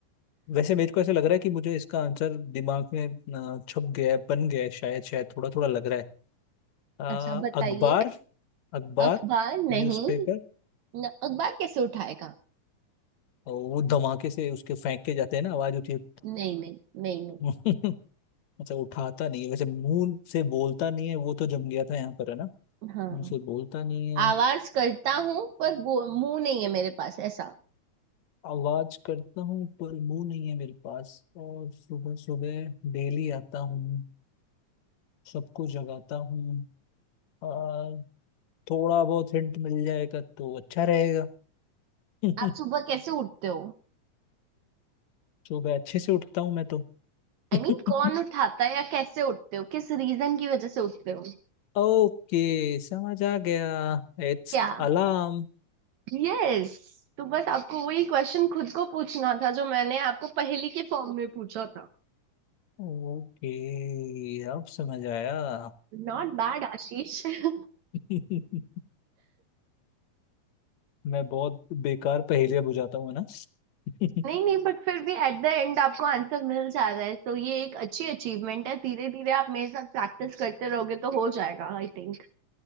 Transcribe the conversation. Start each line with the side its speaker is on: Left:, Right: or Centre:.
Left: वैसे मेरे को ऐसा लग रहा है कि मुझे इसका आंसर दिमाग में अ, छप गया है बन गया है शायद शायद थोड़ा थोड़ा लग रहा है अ,
Right: अच्छा बताइए
Left: अखबार अखबार
Right: अखबार नहीं
Left: न्यूज़पेपर
Right: न, अखबार कैसे उठाएगा
Left: और वो धमाके से उसके फेंक के जाते हैं ना आवाज होती है
Right: नहीं नहीं नहीं नहीं
Left: ठक <laughs> अच्छा उठाता नहीं है वैसे मुंह से बोलता नहीं है वो तो जम गया था यहाँ पर है ना
Right: हाँ
Left: मुंह से बोलता नहीं है
Right: आवाज करता हूँ पर वो मुंह नहीं है मेरे पास ऐसा
Left: आवाज करता हूँ पर मुंह नहीं है मेरे पास और सुबह सुबह डेली आता हूँ सबको जगाता हूँ और थोड़ा बहुत हिंट मिल जाएगा तो अच्छा रहेगा <laughs>
Right: आप सुबह कैसे उठते हो
Left: सुबह अच्छे से उठता हूँ मैं तो
Right: आई
Left: <laughs>
Right: I मीन mean, कौन उठाता है या कैसे उठते हो किस रीजन की वजह से उठते हो
Left: ओके समझ आ गया It's
Right: क्या
Left: alarm
Right: Yes yes. तो बस आपको वही क्वेश्चन खुद को पूछना था जो मैंने आपको पहेली के फॉर्म में पूछा था
Left: ओके अब समझ आया
Right: नॉट बैड आशीष <laughs>
Left: <laughs> मैं बहुत बेकार पहेलियां बुझाता हूँ है ना
Right: नहीं
Left: <laughs>
Right: नहीं बट फिर भी एट द एंड आपको आंसर मिल जा रहा है तो ये एक अच्छी अचीवमेंट है धीरे धीरे आप मेरे साथ प्रैक्टिस करते रहोगे तो हो जाएगा आई थिंक।